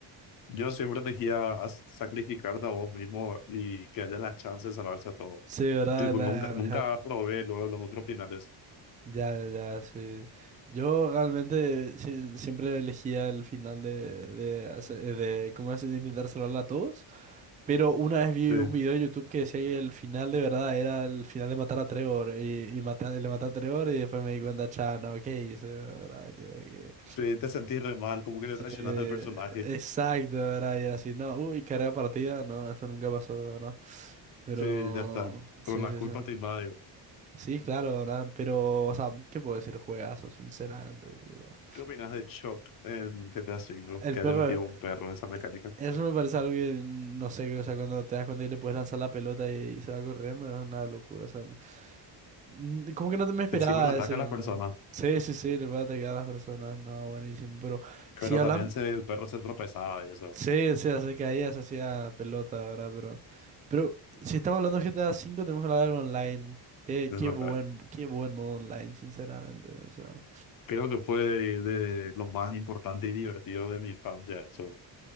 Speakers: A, on the left; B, on the right.
A: Yo siempre elegía a sacrificarte a vos mismo y que haya la chance de salvarse a todo.
B: Sí, ¿verdad?
A: Tipo,
B: La,
A: nunca, nunca probé luego los otros finales.
B: Ya, ya, ya, sí. Yo realmente si- siempre elegía el final de, de, hace- de, ¿cómo es? de intentar salvarla a todos. Pero una vez vi
A: Sí,
B: un video de YouTube que decía que el final de verdad era el final de matar a Trevor. Y, y mata- le maté a Trevor y después me di cuenta, cha, no, ¿qué hice? ¿Verdad? Digo que-
A: sí, te sentís re mal, como que le
B: Sí,
A: traicionaste al personaje.
B: exacto, ¿verdad? Y era así, no, uy, carrera partida, no, esto nunca pasó, ¿no? Pero,
A: Sí, ya está.
B: sí,
A: Pero la
B: sí,
A: culpa
B: sí.
A: te invade
B: Sí, claro, ¿verdad? Pero, o sea, ¿qué puedo decir? Juegazo, sinceramente, digo.
A: ¿Qué opinas de Shock en GTA V?
B: El
A: Que
B: perro,
A: haya metido
B: es-
A: un perro en esa mecánica.
B: eso me parece algo que, mm, no sé, o sea, cuando te das cuenta que le puedes lanzar la pelota y, y se va corriendo, es una locura, o sea, no- Mm, como que no te me esperaba
A: Encima le ataca
B: ese,
A: a las
B: ¿no?
A: personas,
B: Sí, sí, sí, le puede atacar a las personas, no, buenísimo, pero
A: pero
B: si hablamos,
A: también se, el perro se tropezaba y eso.
B: sí, sí, hace que ahí se hacía pelota, ¿verdad? Pero, pero si estamos hablando de GTA V, tenemos que hablar del online. Qué,
A: Es
B: qué
A: verdad.
B: buen, qué buen modo online, sinceramente, o sea.
A: Creo que fue de, de lo más importante y divertido de mi infancia, eso.